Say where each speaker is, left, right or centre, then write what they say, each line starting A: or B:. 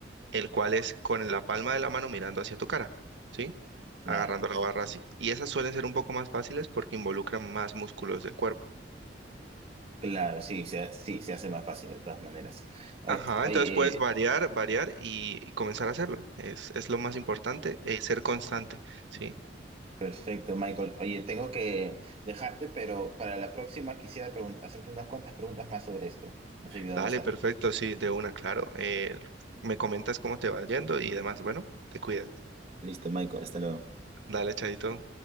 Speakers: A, on the right; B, on the right.
A: el cual es con la palma de la mano mirando hacia tu cara, ¿sí?
B: claro.
A: Agarrando la barra así. Y esas suelen ser un poco más fáciles porque involucran más músculos del cuerpo.
B: Claro, sí, se, sí, se hace más fácil de todas maneras. Oye,
A: Ajá,
B: oye,
A: entonces puedes
B: eh,
A: variar, variar y, y comenzar a hacerlo. Es, es lo más importante, eh, ser constante, ¿sí?
B: perfecto, Michael. Oye, tengo que dejarte, pero para la próxima quisiera pregun- hacerte unas cuantas preguntas más sobre esto. Me has ayudado
A: Dale,
B: bastante.
A: perfecto, sí, de una, claro. Eh, me comentas cómo te va yendo y demás. Bueno, te cuidas.
B: Listo, Michael, hasta luego.
A: Dale, chadito.